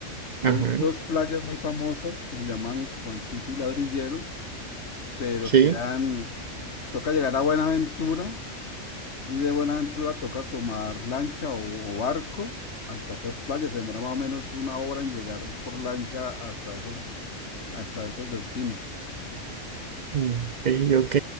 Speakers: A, on the left; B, on the right.
A: Hay
B: ajá,
A: dos playas muy famosas que se llaman Juanchito y Ladrillero, pero
B: sí.
A: quedan, toca llegar a Buenaventura y de Buenaventura toca tomar lancha o, o barco hasta estas playas. Se demora más o menos una hora en llegar por lancha hasta esos, hasta esos destinos.
B: Ok, ok.